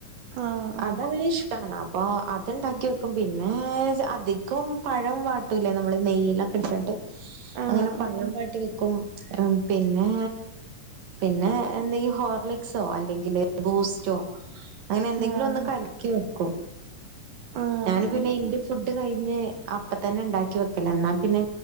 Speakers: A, on the right; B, on the right.
A: ആഹ്
B: അത് അവന് ഇഷ്ടാണ് അപ്പൊ അത് ണ്ടാക്കി വെക്കും പിന്നെ അധികം പഴം വ ട്ടൂല്ലേ നമ്മള് നെയ്യീല്ലൊക്കെ ഇട്ടിട്ട്
A: ആഹ്
B: അങ്ങനെ പഴം വാട്ടി വെക്കും പിന്നെ പിന്നെ എന്തീ ഹോർലിക്സോ അല്ലെങ്കില് ബൂസ്റ്റോ അങ്ങനെ എന്തെ
A: ആഹ്
B: നൊന്ന് കലക്കി വെക്കും
A: ആഹ് ആഹ്
B: ഞാന് പിന്നെ എന്റെ ഫുഡ് കഴിഞ്ഞ് അപ്പ തന്നെ ഉണ്ടാക്കി വെക്കല എന്നാ പിന്നെ